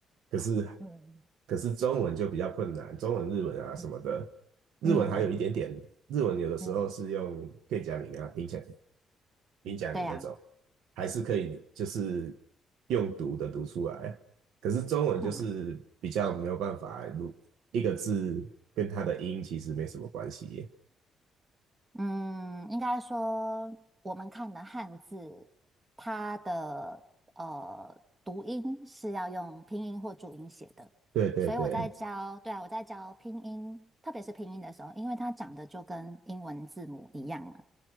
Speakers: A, on the right; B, on the right.
A: 可是
B: 嗯
A: 可是中文就比较困难，中文、日文啊什么的，
B: 嗯，
A: 日文还有一点点，
B: 嗯嗯
A: 日文有的时候是用片假名啊、
B: 嗯，
A: 平假平假名那种，
B: 对呀、啊
A: 还是可以就是用读的读出来。可是中文就是比较没有办法，
B: 嗯。
A: 如一个字跟它的音其实没什么关系。
B: 嗯，应该说我们看的汉字，它的呃读音是要用拼音或注音写的，
A: 对对对，
B: 所以我在教，对啊，我在教拼音，特别是拼音的时候，因为它长得就跟英文字母一样了，